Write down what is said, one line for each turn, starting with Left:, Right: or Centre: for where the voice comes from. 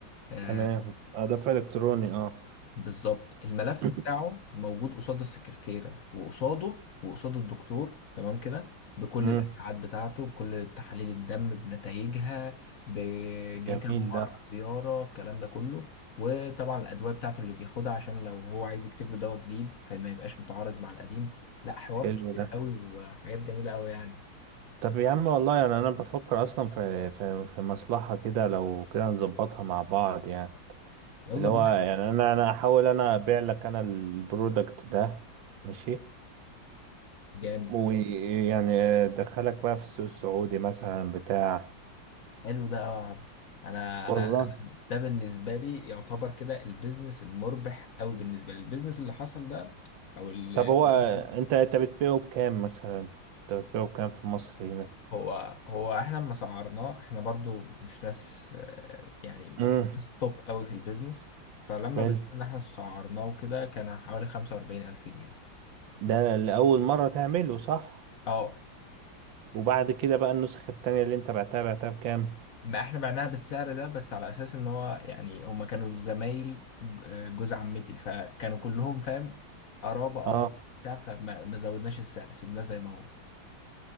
Left: آه،
Right: تمام اه ده في الكتروني اه
Left: بالظبط الملف
Right: <clears throat>
Left: بتاعه موجود قصاد السكرتيرة وقصاده وقصاد الدكتور تمام كده بكل
Right: امم
Left: الأشعاعات بتاعته بكل تحاليل الدم بنتائجها بجه
Right: جميل
Left: كام مرة
Right: ده
Left: زيارة الكلام ده كله وطبعا الأدوية بتاعته اللي بياخدها عشان لو هو عايز يكتب له دواء جديد فما يبقاش متعارض مع القديم لا حوار
Right: حلو
Left: كتير
Right: ده
Left: قوي وحاجات جميلة قوي يعني
Right: طب يا عم والله يعني انا بفكر اصلا في في في مصلحه كده لو كده نظبطها مع بعض يعني
Left: يلا
Right: اللي هو
Left: بينا
Right: يعني انا انا احاول انا ابيع لك انا البرودكت ده ماشي
Left: جامد
Right: ويعني ادخلك بقى في السوق السعودي مثلا بتاع
Left: حلو ده قوي يا عبد انا انا
Right: والله
Left: انا ده بالنسبه لي يعتبر كده البيزنس المربح قوي بالنسبه لي البيزنس اللي حصل ده او اللي
Right: طب هو
Left: <laughs>
Right: انت انت بتبيعه بكام مثلا انت بتبيعه بكام في مصر هنا
Left: هو هو احنا لما سعرناه احنا برضو مش ناس آه، يعني مش
Right: امم
Left: ناس توب قوي في البيزنس فلما
Right: حلو
Left: بدأنا احنا سعرناه وكده كان حوالي 45 ألف جنيه
Right: ده لأول مرة تعمله صح
Left: اه
Right: وبعد كده بقى النسخة التانية اللي انت بعتها بعتها بكام
Left: ما احنا بعناها بالسعر ده بس على اساس ان هو يعني هما كانوا زمايل ج- جوز عمتي فكانوا كلهم فاهم قرابة قرابة
Right: اه
Left: بتاع فما ما زودناش السعر سيبناه زي ما هو